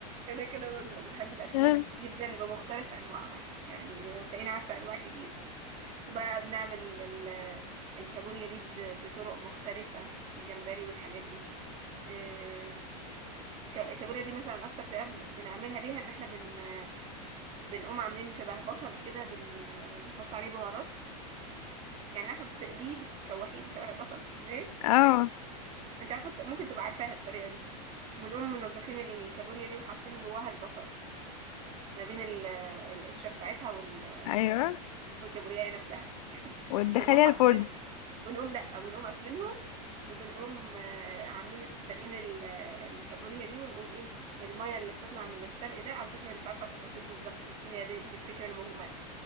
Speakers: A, on the right; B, on the left.
A: انا كده برضو انا بحب الاسماك
B: <laughs>
A: جدا بمختلف انواعها يعني تلاقيني عارفة انواع كتير وبقى بنعمل ال- الكابوريا دي ب- بطرق مختلفة والجمبري والحاجات دي آه، ك- الكابوريا دي مثلا اكتر طريقة بن- بنعملها بيها ان احنا بن بنقوم عاملين شبه بصل كده بن- بنحط عليه بهارات يعني عارفة بتقليه بتشوحيه بتشوحي البصل ايه
B: اه
A: انت عارفه الت- ممكن تبقى عارفاها الطريقه دي بنقوم منضفين الكابوريا دي وحاطين جواها البصل ما بين ال- القشره بتاعتها وال-
B: ايوه
A: والكابوريا نفسها
B: وتدخليها
A: ونقوم حاطين
B: الفرن
A: ونقوم لا ونقوم قافلينهم وبنقوم آه، عاملين ال- سالقين ال- الكابوريا دي ونقوم ايه الميه اللي بتطلع من السلق ده على فكره انا مش عارفه التفاصيل بالظبط بس هي دي, دي الفكره المجمله